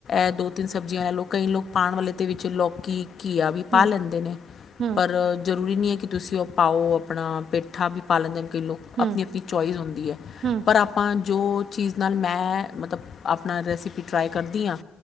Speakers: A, on the left (about 50°); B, on the right (about 70°).
A: ਇਹ ਦੋ ਤਿੰਨ ਸਬਜ਼ੀਆਂ ਲੈਲੋ। ਕਈ ਲੋਕ ਪਾਣ ਵਾਲੇ ਦੇ ਵਿੱਚ ਲੌਕੀ ਘੀਆ ਵੀ ਪਾ
B: ਹੂੰ
A: ਲੈਂਦੇ ਨੇ
B: ਹੂੰ
A: ਪਰ ਜ਼ਰੂਰੀ ਨਹੀਂ ਹੈ। ਕਿ ਤੁਸੀਂ ਉਹ ਪਾਓ, ਆਪਣਾ ਪੇਠਾ ਵੀ ਪਾਲ ਲੈਂਦੇ ਕਈ ਲੋਕ
B: ਹੂੰ
A: ਆਪਣੀ ਆਪਣੀ ਚੋਆਇਸ ਹੁੰਦੀ ਹੈ
B: ਹੂੰ
A: ਪਰ ਆਪਾਂ ਜੋ, ਚੀਜ਼ ਨਾਲ ਮੈਂ ਮਤਲਬ ਆਪਣਾ ਰੈਸਪੀ ਟਰਾਈ ਕਰਦੀ ਹਾਂ।